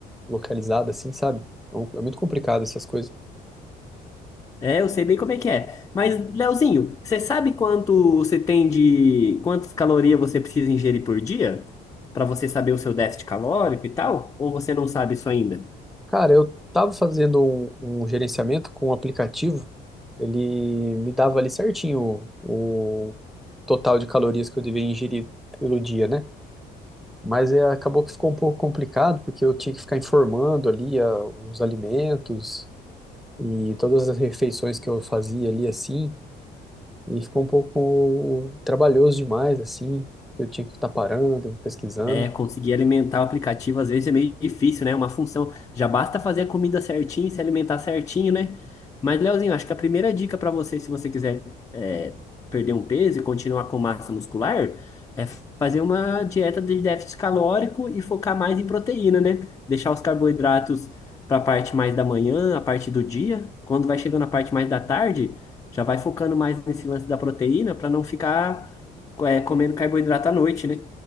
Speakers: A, in the centre; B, on the left.
A: localizada, assim, sabe? Então, é muito complicado essas coisas.
B: É, eu sei bem como é que é. Mas, Leozinho, você sabe quanto você tem de quantas calorias você precisa ingerir por dia para você saber o seu déficit calórico e tal? Ou você não sabe isso ainda?
A: Cara, eu tava fazendo um, um gerenciamento com um aplicativo, ele me dava ali certinho o, o total de calorias que eu devia ingerir pelo dia, né? Mas é, acabou que ficou um pouco complicado, porque eu tinha que ficar informando ali ah, os alimentos e todas as refeições que eu fazia ali assim, e ficou um pouco trabalhoso demais, assim, que eu tinha que estar parando, pesquisando.
B: É, conseguir alimentar o aplicativo às vezes é meio difícil, né? Uma função. Já basta fazer a comida certinho, se alimentar certinho, né? Mas, Leozinho, acho que a primeira dica para você, se você quiser é, perder um peso e continuar com massa muscular, é fazer uma dieta de déficit calórico e focar mais em proteína, né? Deixar os carboidratos para a parte mais da manhã, a parte do dia. Quando vai chegando a parte mais da tarde, já vai focando mais nesse lance da proteína para não ficar é, comendo carboidrato à noite, né?